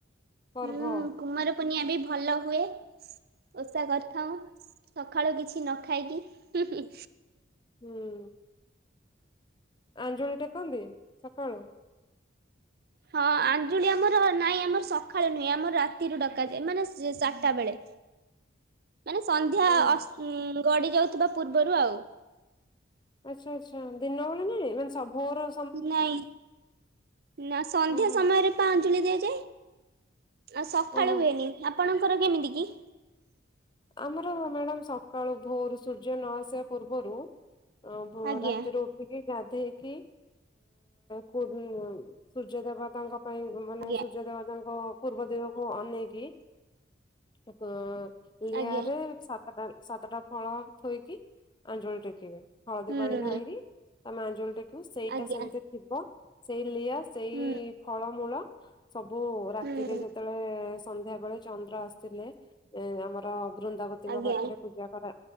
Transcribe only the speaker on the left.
ପର୍ବ?
ହୁଁ। ଆଞ୍ଜୁଳି ଟେକନ୍ତି ସକାଳୁ?
ଓହୋ
ଆଚ୍ଛା ଆଛା ଦିନ ବେଳା ନୁହେଁ ମାନେ ସବୁର
ଓହୋ
ଓହୋ
ଆମର ମ୍ୟାଡାମ ସକାଳୁ ଭୋରୁ ସୂର୍ଯ୍ୟ ନ ଆସିବା ପୂର୍ବରୁ। ଅ
ରାତିରୁ ଉଠିକି କି ଗାଧେଇକି ସୂର୍ଯ୍ୟ ଦେବତାଙ୍କ ପାଇଁ ମାନେ
ସୂର୍ଯ୍ୟ ଦେବତାଙ୍କ ପୂର୍ବ ଦିଗକୁ ଅନେଇକି ଏପ ଲିଆରେ
ସା ଟା ସାତଟା ଫଳ ଥୋଇକି ଆଞ୍ଜୁଳି ଟେକିବେ, ହଳଦୀ
ପାଣି ଢାଳିକି ଆମେ ଅଞ୍ଜୁଳି ଟେକିବୁ, ସେଇଟା
ସେମିତି ଥିବ ସେଇ ଲିଆ ସେଇ
ଫଳମୂଳ। ସବୁ ରାତିରେ
ଯେତେବେଳେ ସନ୍ଧ୍ୟା ବେଳେ ଚନ୍ଦ୍ର ଆସିଥିଲେ ଏ ଆମର ବୃନ୍ଦାବତୀଙ୍କ
ପାଖରେ ପୂଜା କରା